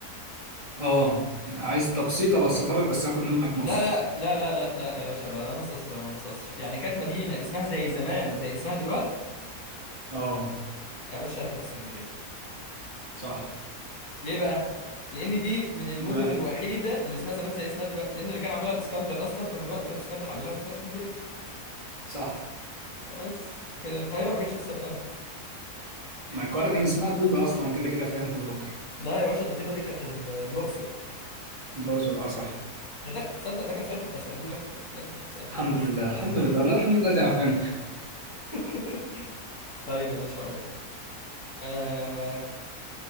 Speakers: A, on the right; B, on the left.
A: اه عايز تبسيط ابسطها لك بس هاخد منك نص
B: لا لا لا لا لا لا يا باشا بلا ننصص بلا ما ننصصش يعني كانت مدينة اسمها زي زمان زي اسمها دلوقتي
A: اه
B: يا باشا هتبقى اسكندرية
A: صح
B: ليه بقى لان دي من المدن
A: لا
B: الوحيده اللي اسمها زمان زي اسمها دلوقتي لان اللي كان عاملها الاسكندر اصلا فمن وقت ما الاسكندر عاملها واسمها اسكندريه
A: صح
B: بس لكن القاهره ما كانتش لسه اتبنت
A: ما القاهرة كان اسمها طيبة أصلا كده كده في أيام كليوباترا
B: لا يا باشا الضطيبه دي كانت ال- الاقصر
A: الله أكبر اه صح
B: ده ده تصدق ده كان سؤال كنت هساله لك يا ريتني كنت سالته
A: الحمد
B: لك
A: لله الحمد لله لا الحمد لله زعفان
B: <laughs> طيب يا باشا اقول آه